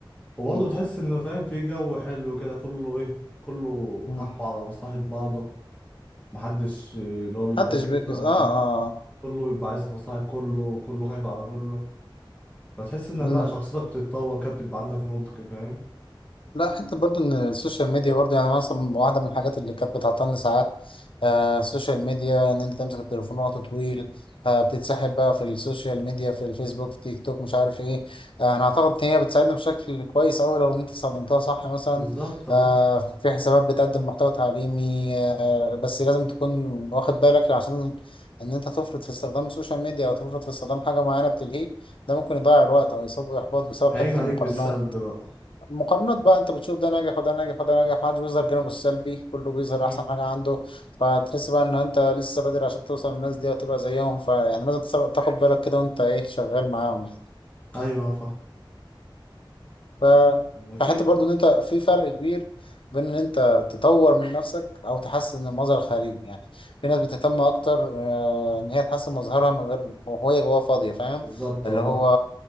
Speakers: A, on the left; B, on the left.
A: وبرضه
B: مم.
A: بتحس إنه فاهم في جو حلو كده كله إيه كله
B: مم.
A: هم على مصلحة بعضه محدش آه، اللي هو بيتباكس
B: محدش بيكس
A: بقى
B: اه
A: فاهم
B: اه آه.
A: كله بيبقى عايز مصلحة كله وكله خايف على كله فتحس انك
B: مم.
A: لا شخصيتك بتتطور كده بتبقى عندك نضج فاهم
B: لا حتى برضه ان السوشيال ميديا برضه يعني مثلا واحده من الحاجات اللي كانت بتعطلني ساعات آه السوشيال ميديا ان انت تمسك التليفون وقت طويل آه بتتسحب بقى في السوشيال ميديا في الفيسبوك في تيك توك مش عارف ايه آه انا اعتقد ان هي بتساعدنا بشكل كويس اوي لو انت استخدمتها صح مثلا
A: بالظبط اه
B: آه في حسابات بتقدم محتوى تعليمي آه بس لازم تكون واخد بالك عشان ان انت تفرط في استخدام السوشيال ميديا او تفرط في استخدام حاجه معينه بتلهيك ده ممكن يضيع الوقت او يصاب باحباط بسبب
A: هيجي
B: حته
A: عليك
B: المقارنات
A: بالسلب بقى
B: مقارنات بقى انت بتشوف ده ناجح وده ناجح وده ناجح محدش بيظهر جانبه السلبي كله بيظهر
A: مم.
B: احسن حاجه عنده فتحس بقى ان انت لسه بدري عشان توصل للناس دي وتبقى زيهم فيعني لازم تس- تاخد بالك كده وانت ايه شغال معاهم
A: ايوه آه، فاهم
B: ف
A: وفي
B: فحتى برضو ان انت في فرق كبير بين ان انت تطور من نفسك او تحسن المظهر الخارجي يعني في ناس بتهتم اكتر آه، ان هي تحسن مظهرها من غير وهي جواها فاضيه فاهم
A: بالظبط
B: اللي
A: اه فاهم
B: هو